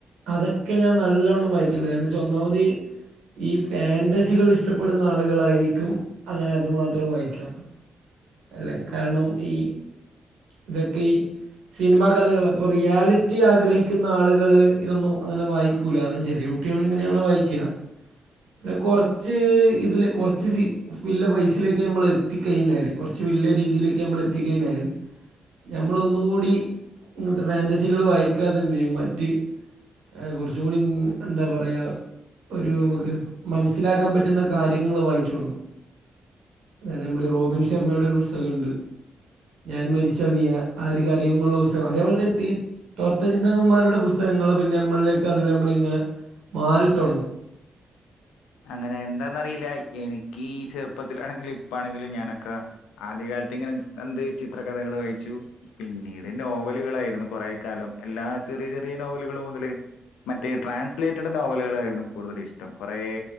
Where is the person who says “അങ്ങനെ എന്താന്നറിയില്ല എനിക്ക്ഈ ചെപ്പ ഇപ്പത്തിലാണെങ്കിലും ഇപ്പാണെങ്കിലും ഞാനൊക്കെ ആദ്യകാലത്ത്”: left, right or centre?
Left